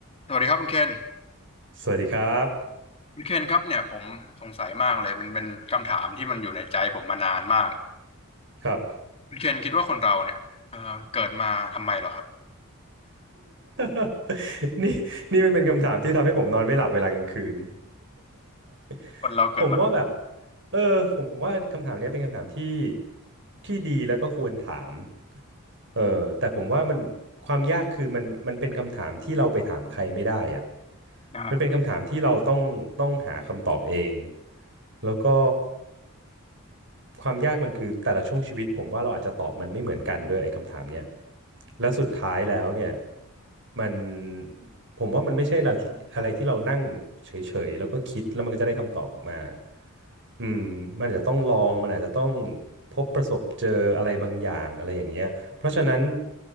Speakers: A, on the left; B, on the right.
A: สวัสดีครับคุณเคน
B: สวัสดีครับ
A: คุณเคนครับเนี่ยผมสงสัยมากเลยมันเป็นคำถามที่มันอยู่ในใจผมมานานมาก
B: ครับ
A: คุณเคนคิดว่าคนเราเนี่ยเอ่อเกิดมาทำไมเหรอครับ
B: <laughs> นี่นี่มันเป็นคำถามที่ทำให้ผมนอนไม่หลับเวลากลางคืน <laughs>
A: คนเราเกิดมา
B: ผมว่าแบบเออผมว่าคำถามเนี้ยเป็นคำถามที่ที่ดีแล้วก็ควรถามเออแต่ผมว่ามันความยากคือมันมันเป็นคำถามที่เราไปถามใครไม่ได้อะ
A: อ่า
B: มันเป็นคำถามที่เราต้องต้องหาคำตอบเองแล้วก็ ความยากมันคือแต่ละช่วงชีวิตผมว่าเราอาจจะตอบมันไม่เหมือนกันด้วยไอ้คำถามเนี้ยแล้วสุดท้ายแล้วเนี่ยมันผมว่ามันไม่ใช่เราที่อะไรที่เรานั่งเฉยๆแล้วก็คิดแล้วมันก็จะได้คำตอบออกมาอืมมันอาจจะต้องลองมันอาจจะต้องพบประสบเจออะไรบางอย่างอะไรอย่างเงี้ยเพราะฉะนั้น